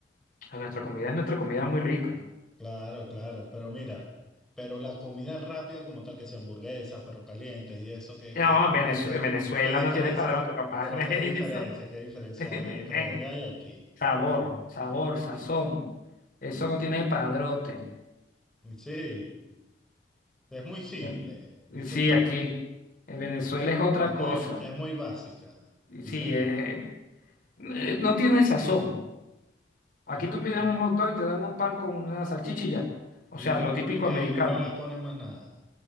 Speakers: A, on the left (about 50°); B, in the centre.
A: A nuestra comida es nuestra comida muy rica.
B: Claro, claro. Pero mira, pero la comida rápida como tal, que sea hamburguesas, perro calientes y eso, que,
A: No,
B: que, que,
A: en
B: que- qué
A: Venezuela
B: qué diferencia.
A: no tiene padrote, papá.
B: Pero
A: <laughs>
B: qué
A: Eso,
B: diferencia, qué diferencia
A: <laughs> ven.
B: hay entre allá y aquí.
A: Sabor, sabor, sazón. Eso no tiene padrote.
B: Sí, es muy simple,
A: Ven-
B: dices
A: sí,
B: tú.
A: aquí. En Venezuela es otra
B: Es muy,
A: cosa.
B: es muy básica,
A: Y
B: dices
A: Sí,
B: tú.
A: eh, eh, no tiene sazón.
B: Ah,
A: Aquí tú pides un hot dog y te dan un pan con una salchicha O
B: y,
A: sea, lo típico
B: y no que,
A: americano.
B: y no le ponen más nada.